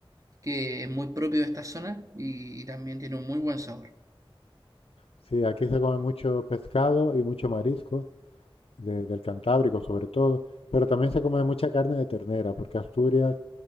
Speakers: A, on the right; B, on the left.
A: que es muy propio de esta zona y, y también tiene un muy buen sabor.
B: Sí, aquí se come mucho pescado y mucho marisco, de- del Cantábrico sobre todo, pero también se come mucha carne de ternera, porque Asturias